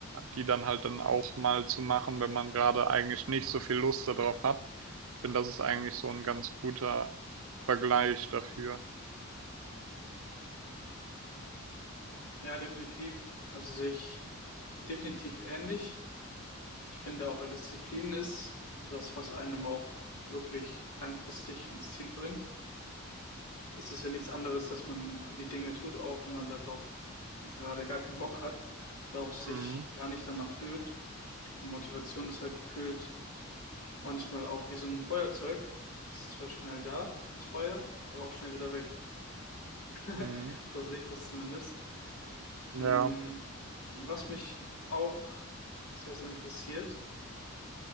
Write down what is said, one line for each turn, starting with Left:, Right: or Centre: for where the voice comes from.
Right: die dann halt dann auch mal zu machen, wenn man gerade eigentlich nicht so viel Lust darauf hat. Ich finde, das ist eigentlich so ein ganz guter Vergleich dafür.
Left: Ja, definitiv. Also sich definitiv ähnlich. Ich finde auch, Disziplin ist so das, was einem auch wirklich langfristig ans Ziel bringt. Es ist ja nichts anderes, dass man die Dinge tut, auch wenn man darauf gerade gar keinen Bock hat und auch sich
Right: Mhm.
Left: gar nicht danach fühlt. Motivation ist halt gefühlt manchmal auch wie so ein Feuerzeug. Das ist zwar schnell da, das Feuer, aber auch schnell wieder weg. <laughs>
Right: Mhm.
Left: So sehe ich das zumindest. Mm,
Right: Ja.
Left: Was mich auch sehr, sehr interessiert,